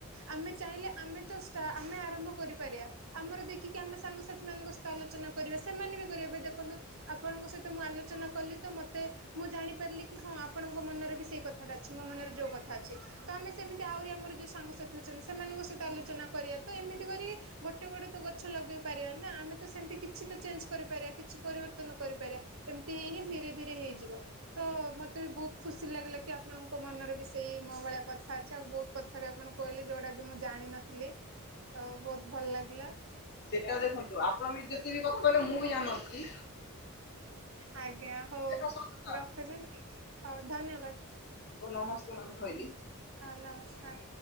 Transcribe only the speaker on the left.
ସେଟା ଦେଖନ୍ତୁ ଆପଣ ବି ଯେତେ ବି କଥା କହିଲେ ମୁଁ ବି ଜାଣିନଥିଲି।
ଏଇଟା
ସତ କଥା
ନମସ୍କାର ରହିଲି।